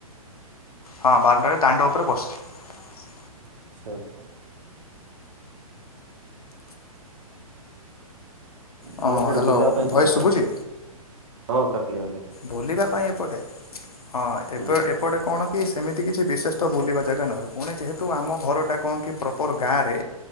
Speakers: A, on the left; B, on the right.
A: ହଁ ବାରଟାରେ। ଦାଣ୍ଡ ଉପରେ ବସିଛି।
B: ଆଚ୍ଛା ଆଚ୍ଛା।
A: ହଁ
B: ତମର ସେଇଠି
A: ହ୍ୟାଲୋ
B: ବୁଲିବା ପାଇଁ
A: ଭଏସ୍
B: କୋଉ ଜାଗା
A: ଶୁଭୁଛି?
B: ଅଛି ହଁ ପାର୍କ
A: ବୁଲିବା ପାଇଁ ଏପଟେ ହଁ
B: ହୁଁ
A: ଏବେ ଏପଟେ। କଣ କି ସେମିତି କିଛି ବିଶେଷ ବୁଲିବା ଜାଗା ନୁହେ ପୁଣି ଯେହେତୁ ଆମ ଘରଟା କଣ କି ପ୍ରପର ଗାଁ ରେ।